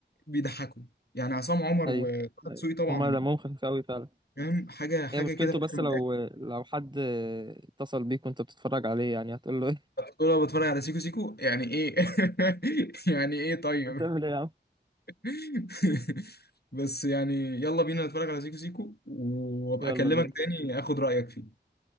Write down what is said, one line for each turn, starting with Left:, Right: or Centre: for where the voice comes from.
Left: بيضحكوا يعني عصام عمر
Right: ايوه
Left: وطه
Right: ايوه
Left: دسوقي طبعا
Right: هما دمهم خفيف قوي فعلا
Left: فاهم حاجة حاجة
Right: هي مشكلته
Left: كده فاهم
Right: بس لو لو حد اتصل بيك وانت بتتفرج عليه يعني هتقول له ايه
Left: طول ما بتفرج على سيكو سيكو يعني ايه <laughs> يعني ايه طيب
Right: <laughs> بتعمل ايه يا عم
Left: <laughs> بس يعني يلا بينا نتفرج على سيكو سيكو وابقى
Right: يلا
Left: اكلمك يلا
Right: بينا
Left: بينا تاني اخد رأيك فيه